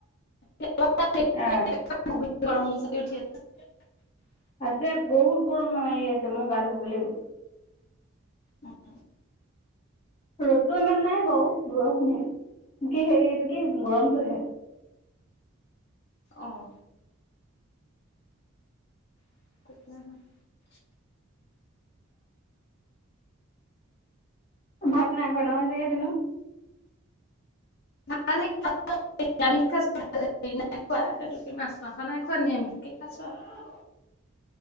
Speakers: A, on the left; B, on the left.
A: <unintelligible>
B: অ আছে বহুত গৰম ম মানি আছে মই গা ধুব লাগিব
A: উম
B: ৰ'দতটো ইমান নাই বাৰু বৰষুণে কি হে এইটো কি গৰমটো আহে <inaudible>
A: আহ <inaudible>
B: ভাত নাই খোৱা নহয় চাগে দিনত
A: <inaudible> নিৰামিষ খাইছো হে নাই খোৱা এইটোকে মাছ মাংস নাই খোৱা নিৰামিষকে খাইছো আৰু
B: <inaudible>